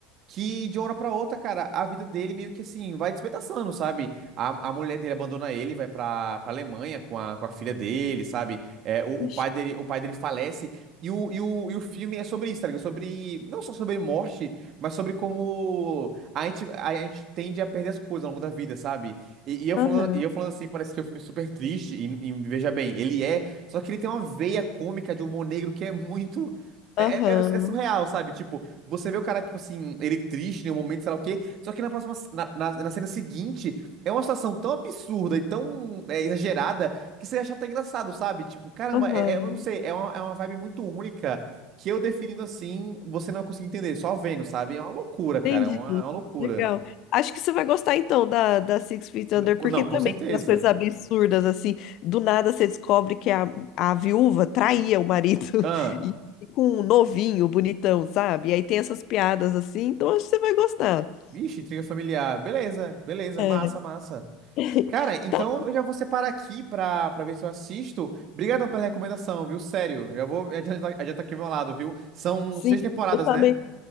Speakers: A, on the right (about 50°); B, on the left (about 55°).
A: que de uma hora pra outra, cara, a vida dele meio que assim vai despedaçando, sabe? A, a mulher dele abandona ele, vai pra, pra Alemanha com a, com a filha dele, sabe? É, o, o
B: Ixi,
A: pai dele, o pai dele falece. E o, e o, e o filme é sobre isso, tá ligado? Sobre, não só sobre morte, mas sobre como a gente, a, a gente tende a perder as coisas ao longo da vida, sabe? E, e eu falando,
B: Aham,
A: e eu falando assim, parece que é um filme super triste, e, e veja bem, ele é, só que ele tem uma veia cômica de humor negro que é muito. É,
B: aham,
A: é, é surreal, sabe? Tipo, você vê o cara, tipo assim, ele triste em um momento, sei lá o quê. Só que na próxima, na, na, na cena seguinte, é uma situação tão absurda e tão é, exagerada que você acha até engraçado, sabe? Tipo, caramba,
B: aham.
A: é, é- eu não sei, é uma, é uma vibe muito única que eu definindo assim, você não consegue entender, só vendo, sabe? É uma loucura, cara,
B: Entendi,
A: é uma, é uma loucura.
B: legal. Acho que você vai gostar então da, da Six Feet Under,
A: N- co-
B: porque
A: Não, com
B: também
A: certeza.
B: tem umas coisas absurdas, assim. Do nada você descobre que a, a viúva traía o marido
A: Ah,
B: <laughs> e e com um novinho, bonitão, sabe? E aí tem essas piadas assim, então acho que você vai gostar.
A: vixe, intriga familiar. Beleza, beleza,
B: É.
A: massa, massa.
B: <laughs>
A: Cara, então
B: Tá,
A: eu já vou separar aqui pra, pra ver se eu assisto. Obrigadão pela recomendação, viu? Sério, já vou adiantar, adiantar aqui o meu lado, viu? São
B: sim,
A: seis temporadas,
B: eu também.
A: né?